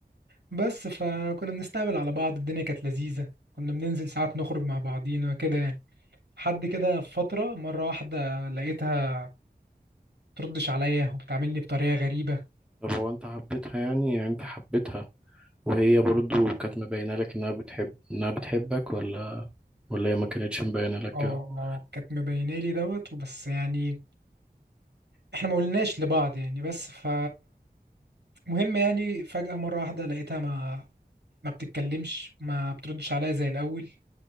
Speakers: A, on the right; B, in the centre.
A: بس فكنا بنستهبل على بعض الدنيا كانت لذيذه كنا بننزل ساعات نخرج مع بعضينا كده يعني. حد كده في فترة مرة واحدة لقيتها تردش عليا وبتعاملني بطريقة غريبة
B: طب هو انت حبيتها يعني يعني انت حبيتها وهي برضو كانت مبينة لك إنها بتحب إنها بتحبك ولا ولا هي ما كانتش مبينة لك
A: اه
B: كده
A: اه كانت مبينة لي دوت وبس يعني احنا ما قلناش لبعض يعني بس ف مهم يعني فجأة مرة واحدة لقيتها ما ما بتتكلمش ما بتردش عليا زي الأول